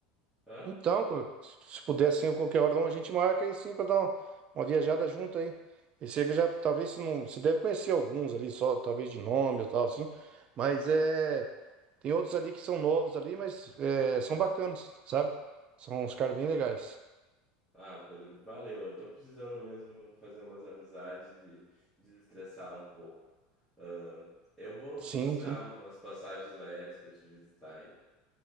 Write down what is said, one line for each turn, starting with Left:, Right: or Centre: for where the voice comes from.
Centre: Hã?
Right: então, co- se puder sim, qualquer hora a gente marca aí sim para dar uma, uma viajada junto aí. Esse aí que já talvez você não, você deve conhecer alguns ali só, talvez de nome ou tal assim, mas é Tem outros ali que são novos ali, mas é, são bacanas, sabe? São uns caras bem legais.
Centre: Ah, Pedro, valeu. Eu tô precisando mesmo fazer umas amizades e desestressar um pouco. Ah, eu vou
Right: Sim,
Centre: buscar
Right: sim.
Centre: umas passagens aéreas para te visitar aí.